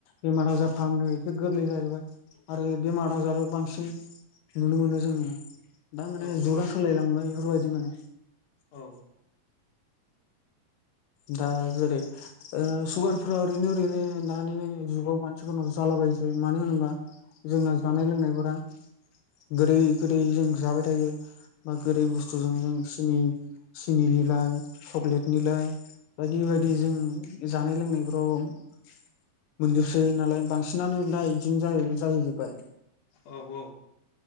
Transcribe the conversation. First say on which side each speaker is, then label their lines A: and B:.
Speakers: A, on the left; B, on the left.
A: बेमार आजार फाहामनायाव एसे गोरलै जाहैबाय आरो बेमार आजाराव बांसिन नुनो मोनो जोङो दा माने
B: औ
A: जुगा
B: औ
A: सोलायलांबाय बेफोरबायदि माने
B: औ
A: दा जेरै सुगारफोरा ओरैनो ओरैनो दानि जुगाव मानसिफोरनाव जाला ायायो मानो होनोबा जोंना जानाय
B: औ
A: लोंनायफोरा गोदै गोदै जों जाबाय थायो। बा गोदै बुस्थुजों जों सिनि सिनिनिलइ सक्लेट निलइ बायदि बायदि जों जानाय लोंनाय ' मोनजोबसै नालाय बांसिनानो दा बिदिनो जाहैजोबबाय
B: औ औ